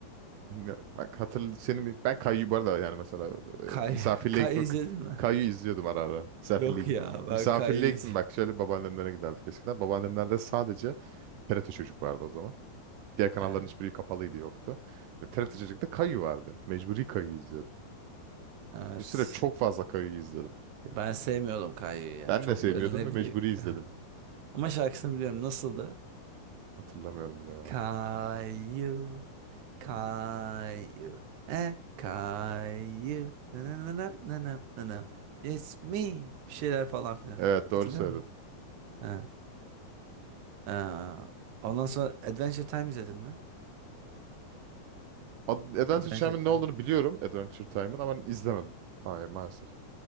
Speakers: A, on the right; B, on the right.
A: Ya, bak hatırl seni bir- ben Kayyu bu arada yani mesela e,
B: Kay,
A: misafirliğe
B: <laughs> Kay
A: gitmek
B: izledin mi?
A: Kayyu izliyordum ara ara. Misafirliğe
B: Yok
A: git.
B: ya ben
A: Misafirliğe
B: Kay'ı
A: gittim
B: iz- <laughs>
A: bak şöyle babaannemlere giderdik eskiden. Babaannemlerde sadece TRT Çocuk vardı o zaman. Diğer kanalların
B: Evet,
A: hiçbiri kapalıydı yoktu. Ve TRT Çocuk'ta Kayyu vardı. Mecburi Kayyu izliyordum.
B: evet.
A: Bir süre çok fazla Kayyu izledim.
B: Ben sevmiyordum Kay'ı ya.
A: Ben
B: Çok
A: de sevmiyordum
B: böyle ne
A: ve
B: bileyim.
A: mecburi izledim.
B: <laughs> Ama şarkısını biliyorum. Nasıldı?
A: Hatırlamıyorum bile ya.
B: Kayu. Caillou. Eh, Caillou. Na na na na na na na na. It's me. Bir şeyler falan filan.
A: Evet doğru
B: Hatırlıyor
A: söyledin.
B: musun? Ha. Ha. Ondan sonra Adventure Time izledin mi?
A: Ad- Adventure
B: Adventure
A: Time'ın
B: Time.
A: ne olduğunu biliyorum. Adventure Time'ın ama izlemedim. Hayır maalesef.